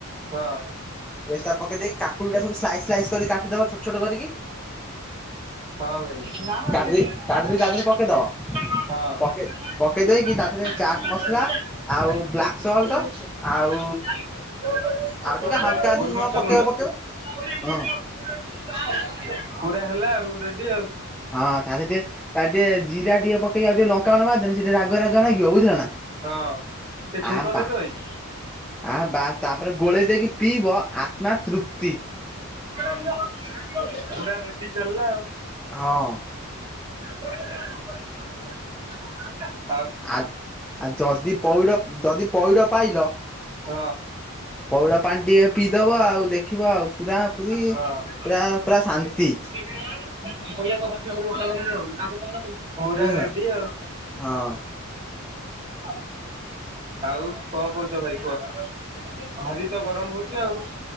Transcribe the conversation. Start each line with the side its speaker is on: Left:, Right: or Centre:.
Right: ହଁ। ହଁ
Centre: ପେଷ୍ଟ ଟା ପକେଇ ଦେଇକି କାକୁଡିଟା ସବାଇ କାଟିଦବ ଛୋଟ ଛୋଟ କରିକି
Right: ହଁ
Centre: କାଟି ଦେଇ କାଟି ଦେଇ ତା ଦେହରେ ପକେଇଦବ
Right: ଭାଇ
Centre: ପକେଇ ପକେଇ ଦେଇକି ତା ଦେହରେ ଚାଟ୍
Right: ହଁ
Centre: ମସଲା ଆଉ ବ୍ଲାକ୍ ସଲ୍ଟ ଆଉ
Right: ଗୋଲମର୍ଛ
Centre: ଆଉ ଟିକେ ହାଲକା ଯଦି ଲୁଣ ପକେଇବ
Right: ଗୁଣ୍ଡ
Centre: ପକେଇବ ହଁ
Right: ପୁରା ହେଲା ଆଉ। ରେଡି ଆଉ।
Centre: ହଁ ତାଲେ ଟ ଟେ ଜିରା ଟିକେ ପକେଇ ଆଉ ଟେ କଣ ସେଠି ରାଗ ରାଗ ଲାଗିବ ବୁଝିଲ ନା
Right: ହଁ। ଟିକେ ଛୁଙ୍କ ଦେଇଦବ
Centre: ବା
Right: କି?
Centre: ଆ ବା ତାପରେ ଗୋଳେଇ ଦେଇକି ପିବ ଆତ୍ମା ତୃପ୍ତି <inaudible>
Right: ପୁରା ରେଡି ଚାଲିଲା ଆଉ।
Centre: ହଁ।
Right: <unintelligible>
Centre: ଆ ଆ ଯଦି ପଇଡ ଯଦି ପଇଡ ପାଇଲ
Right: ହଁ
Centre: ପଇଡ ପାଣି ଟିକେ ପିଇଦବ ଆଉ। ଦେଖିବ ଆଉ ପୁରା ପୁରି
Right: ହଁ। <unintelligible>
Centre: ପୁରା ପୁରା ଶାନ୍ତି
Right: ପୁରା
Centre: ବୁଝିଲ
Right: ରେଡି
Centre: ନା
Right: ଆଉ।
Centre: ହଁ।
Right: ହଁ। ଆଉ କଣ କହୁଛ ଭାଇ କୁହ ଭାରି ତ ଗରମ ହଉଛି ଆଉ।